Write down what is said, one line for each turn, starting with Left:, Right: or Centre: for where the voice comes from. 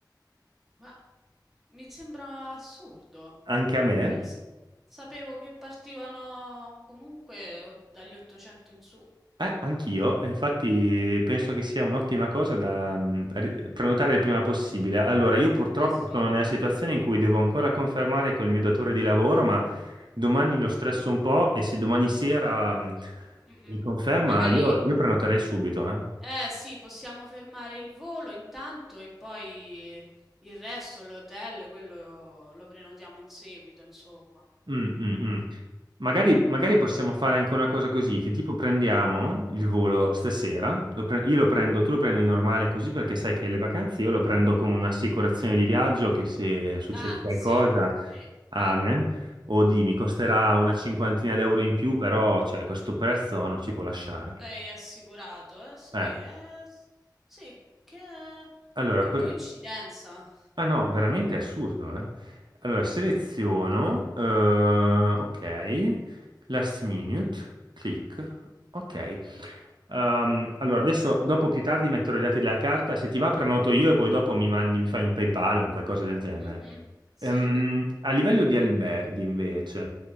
Centre: Ma mi sembra assurdo.
Right: Anche a me.
Centre: Io s- sapevo che partivano comunque o- dagli 800 in su.
Right: Eh, anch'io, infatti penso che sia un'ottima cosa da mm, ri- prenotare il prima possibile. Allora, io purtroppo
Centre: Eh sì.
Right: sono nella situazione in cui devo ancora confermare col mio datore di lavoro, ma domani lo stresso un po' e se domani sera mm,
Centre: Mm, mm.
Right: mi conferma,
Centre: Magari.
Right: io, io prenoterei subito, eh.
Centre: Eh sì, possiamo fermare il volo intanto e poi il resto, l'hotel, quello lo prenotiamo in seguito, insomma.
Right: Mm, mm, mm. Magari, magari possiamo fare anche una cosa così, che tipo prendiamo il volo stasera, lo pre- io lo prendo, tu lo prendi normale così perché sai che le vacanze io lo prendo con un'assicurazione di viaggio che se succede
Centre: Ah,
Right: qualcosa,
Centre: sì, sì,
Right: amen,
Centre: eh,
Right: o di mi costerà una cinquantina d'euro in più, però cioè, questo prezzo non ci può lasciare.
Centre: sei assicurato, eh sì,
Right: Eh,
Centre: eh, s- sì, che,
Right: allora,
Centre: che
Right: per-
Centre: coincidenza.
Right: Ah no, veramente è assurdo, eh. Allora, seleziono,
Centre: Mm,
Right: eh, ok, last minute, clic, ok. Ehm, allora, adesso, dopo più tardi metterò i dati della carta, se ti va prenoto io e poi dopo mi mandi, mi fai un PayPal o un qualcosa del genere.
Centre: mhm, sì.
Right: Sì. Ehm, a livello di alberghi, invece,